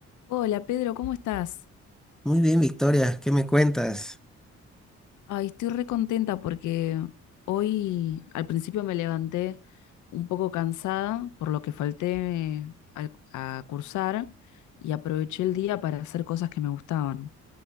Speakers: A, on the left; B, in the centre.
A: Hola Pedro, ¿cómo estás?
B: Muy bien, Victoria, ¿qué me cuentas?
A: Ay, estoy re contenta porque hoy al principio me levanté un poco cansada por lo que falté al- a cursar y aproveché el día para hacer cosas que me gustaban.